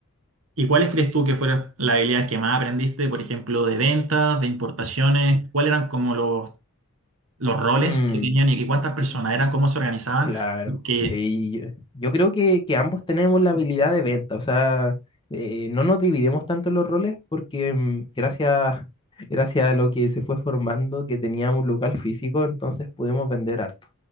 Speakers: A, on the right (about 65°); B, on the left (about 20°).
A: y cuáles crees tú que fueron las habilidades que más aprendiste, por ejemplo, de ventas, de importaciones? ¿Cuáles eran como los los roles
B: Mm,
A: que tenían y cuántas
B: y-
A: personas eran, cómo se organizaban,
B: Claro,
A: que,
B: sí, yo, yo creo que, que ambos tenemos la habilidad de venta, o sea, eh, no nos dividimos tanto los roles porque mm, gracias, <laughs> gracias a lo que se fue formando, que teníamos un local físico, entonces pudimos vender harto.